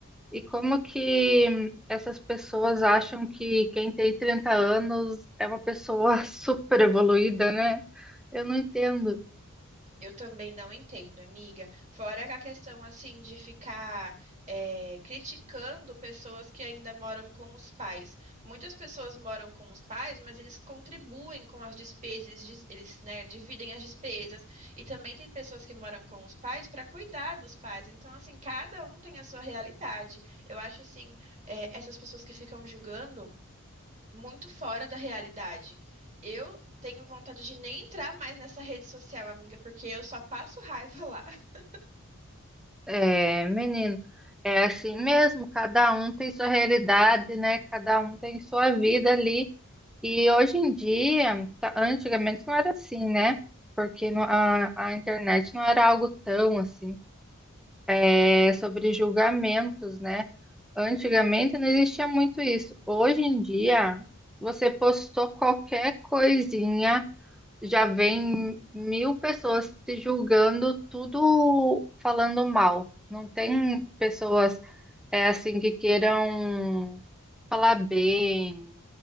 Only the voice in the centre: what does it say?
E como que essas pessoas acham que quem tem 30 anos é uma pessoa <laughs> super evoluída, né? Eu não entendo.
É, menino, é assim mesmo, cada um tem sua realidade, né? Cada um tem sua vida ali. E hoje em dia, tá- antigamente não era assim, né? Porque no- a, a internet não era algo tão assim. é, sobre julgamentos, né? Antigamente não existia muito isso. Hoje em dia, você postou qualquer coisinha, já vem mil pessoas te julgando, tudo falando mal. Não tem pessoas é, assim que queiram falar bem